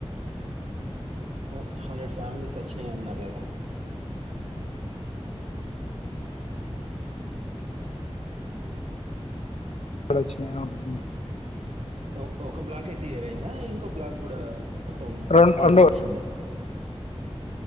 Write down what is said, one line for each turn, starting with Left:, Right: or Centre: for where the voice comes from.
Right: మొంత్ హండ్రెడ్ ఫ్యామిలీస్ వచ్చినాయండ్ నాగేదా
Left: బాడొచ్చినాయి అవును హుహ్
Right: ఓ ఒక బ్లాకే క్లియర్ అయిందాయ్ కో బ్లాక్ గుడా మొత్తం
Left: రెండు
Right: రిలీజ్
Left: రెండు
Right: చేసిండా